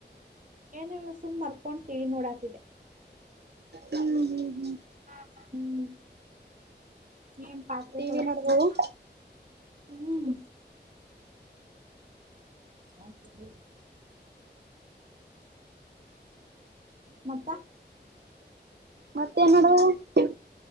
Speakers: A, on the right; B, on the right.
A: ಏನಲ್ಲ ಸುಮ್ಮ ಮಲ್ಕೊಂಡ ಟಿವಿ ನೋಡಾತಿದೆ.
B: ಹ್ಮ್ ಹ್ಮ್ ಹ್ಮ್
A: ಹಾ ಹ್ಮ್. ಏನ್ ಪಾತ್ರೆ
B: ಟಿವಿ
A: ತೊಳತ್ತನು
B: ನೋಡದವು
A: ಹ್ಮ್. <inaudible> ಮತ್ತ.
B: ಮತ್ತೆನ ನಾಡದದ.